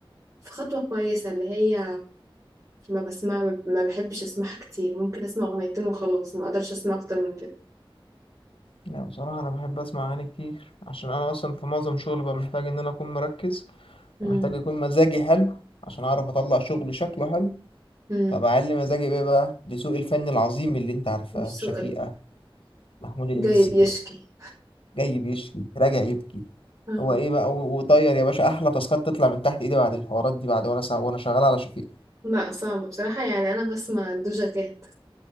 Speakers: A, on the right (about 40°); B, on the left (about 85°).
A: في خطوه كويسه اللي هي ما بسمع ما بحبش اسمعها كتير ممكن اسمع اغنيتين وخلاص ما اقدرش اسمع اكتر من كده
B: لا بصراحة أنا بحب أسمع أغاني كتير عشان أنا أصلا في معظم شغلي ببقى محتاج إن أنا أكون مركز
A: امم
B: ومحتاج يكون مزاجي حلو عشان أعرف أطلع شغل شكله حلو
A: امم
B: فبعلي مزاجي بيه بقى لذوق الفن العظيم اللي أنت عارفاه
A: سؤال
B: شفيقة محمود الليثي
A: جاي بيشكي
B: جاي بيشكي راجع يبكي
A: اه
B: هو إيه بقى و- وطير يا باشا أحلى تاسكات تطلع من تحت إيدي بعد الحوارات دي بعد وأنا سا... وأنا شغال على شفيقة
A: لا صعب بصراحة يعني انا بسمع دوجا كات